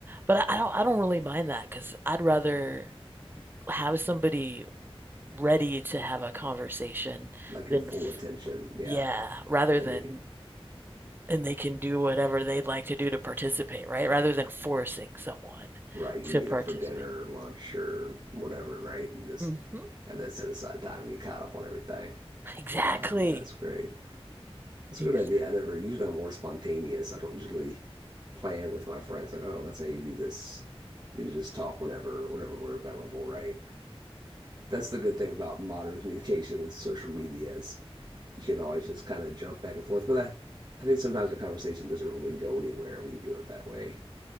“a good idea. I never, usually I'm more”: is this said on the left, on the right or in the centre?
Right